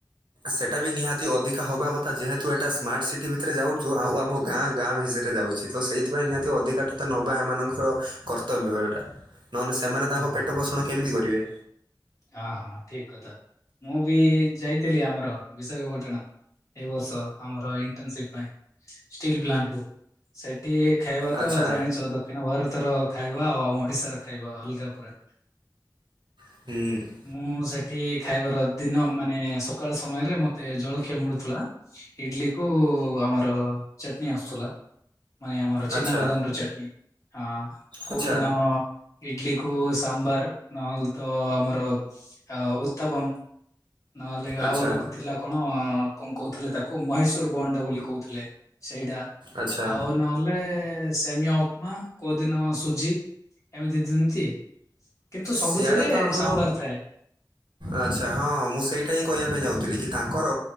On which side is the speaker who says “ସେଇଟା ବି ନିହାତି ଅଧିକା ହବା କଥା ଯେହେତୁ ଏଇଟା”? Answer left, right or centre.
Right